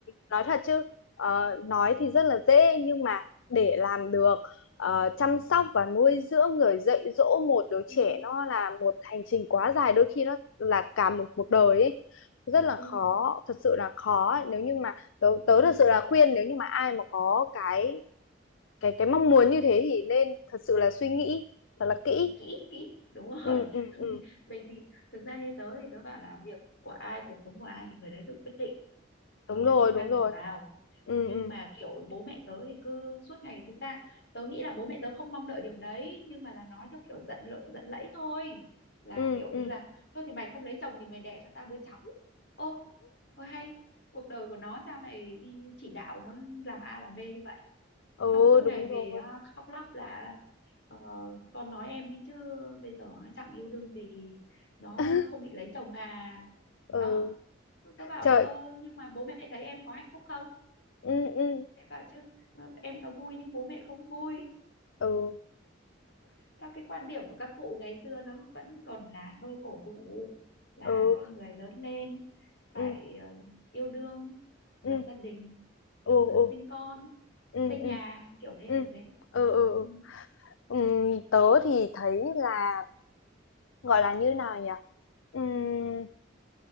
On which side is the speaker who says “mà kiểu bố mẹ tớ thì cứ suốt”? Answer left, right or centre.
Left